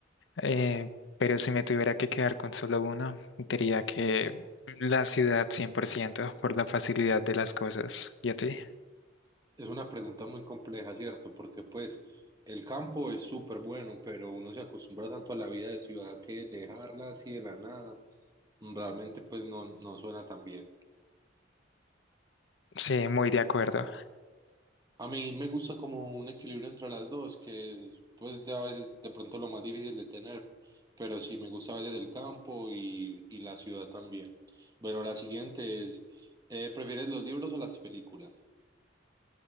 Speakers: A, on the left; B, on the right.
A: eh, pero si me tuviera que quedar con solo uno, diría que la ciudad 100% por la facilidad de las cosas. ¿Y a ti?
B: Es una pregunta muy compleja, ¿cierto? Porque pues el campo es súper bueno, pero uno se acostumbra tanto a la vida de ciudad que dejarla así de la nada realmente pues no, no suena tan bien.
A: Sí, muy de acuerdo.
B: A mí me gusta como un equilibrio entre las dos, que es pues de a veces de pronto lo más difícil de tener, pero sí me gusta a veces el campo y, y la ciudad también. Bueno, la siguiente es, eh, ¿prefieres los libros o las películas?